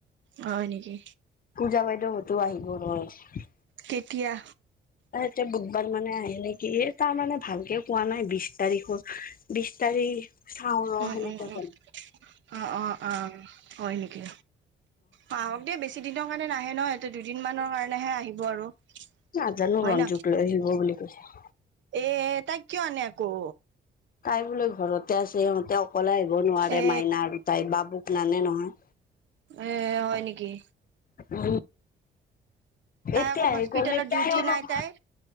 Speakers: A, on the right; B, on the left.
A: হয় নেকি
B: পূজা বাইদেওহতো আহিব ৰহ।
A: কেতিয়া?
B: তাই এতিয়া বুধবাৰ মানে আহি নেকি, এই তাৰমানে ভালকে কোৱা নাই বিছ তাৰিখৰ বিছ তাৰিখ চাওঁ ৰ
A: উম,
B: সেনেকে
A: উম, উম,
B: কলে
A: অ', অ', অ'। হয় নেকি? অ' আহক দে বেছি বেচিদিনৰ কাৰণে নাহে নহয়, সিহঁতে দুদিন মানৰ কাৰণেহে আহিব আৰু।
B: নাজানো
A: হয়
B: ৰঞ্জুক
A: ন?
B: লৈ আহিব বুলি কৈছে।
A: এ, তাইক কিয় আনে আকৌ?
B: তাই বোলে ঘৰতে আছে, সিহঁতে অকলে আহিব নোৱাৰে,
A: এ
B: মাইনা আৰু তাই বাবুক নানে নহয়।
A: এ, হয় নেকি?
B: উ,
A: তাই
B: এতিয়া
A: আকৌ
B: আহি
A: হস্পিতেলত
B: গলে তাই
A: ডিউটি
B: অলপ
A: নাই তাইৰ